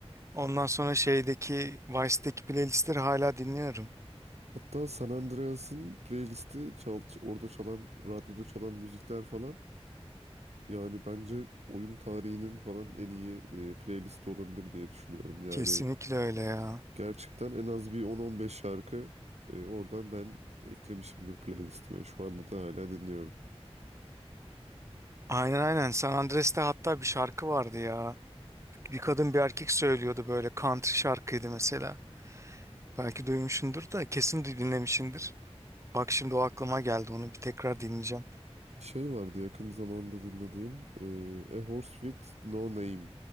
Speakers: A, on the right; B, on the right.
A: ondan sonra şeydeki Vice'deki playlistleri hala dinliyorum.
B: Hatta San Andreas'ın playlisti çal, orada çalan, radyoda çalan müzikler falan. Yani bence oyun tarihinin falan en iyi e, playlisti olabilir diye düşünüyorum. Yani
A: Kesinlikle öyle ya.
B: Gerçekten en az bir 10-15 şarkı e, oradan ben eklemişimdir playlistime. Şu anda da hala dinliyorum.
A: Aynen aynen. San Andreas'te hatta bir şarkı vardı ya. Bir kadın bir erkek söylüyordu böyle country şarkıydı mesela. Belki duymuşsundur da kesin de dinlemişsindir. Bak şimdi o aklıma geldi onu bir tekrar dinleyeceğim.
B: Şey vardı yakın zamanda dinlediğim e, A Horse With No Name